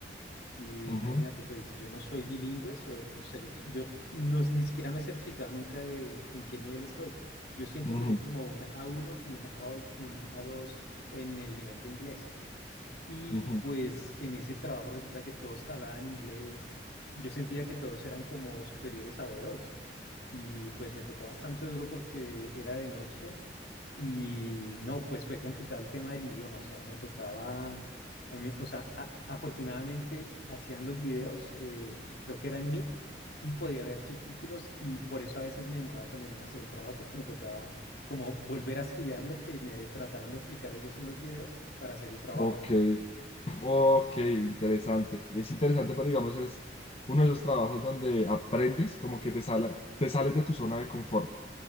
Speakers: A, on the left (about 65°); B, on the left (about 30°).
A: Y
B: Ujú,
A: imagínate, pues yo no soy bilingüe, soy, o sea, yo, yo no, ni siquiera me he certificado nunca de en qué nivel estoy. Yo siento
B: ujú,
A: que soy como un A1 y un, A, o- un A2 en el nivel de inglés. Y
B: ujú.
A: pues en ese trabajo resulta que todos <laughs> hablaban inglés. y Yo sentía que todos eran como superiores a B2. Y pues me tocó bastante duro porque era de noche y no, pues fue complicado el tema del idioma, o sea, me tocaba, a mí, o sea, a- afortunadamente hacían los videos, eh, creo que eran Meet, y podía ver subtítulos y por eso a veces me demoraba también en hacer el trabajo porque me tocaba como volver a estudiar lo que me trataron de explicar ellos en los videos para hacer el trabajo.
B: Ok, <laughs> ok, interesante. Es interesante, pero digamos, es uno de esos trabajos donde aprendes como que te sala- te sales de tu zona de confort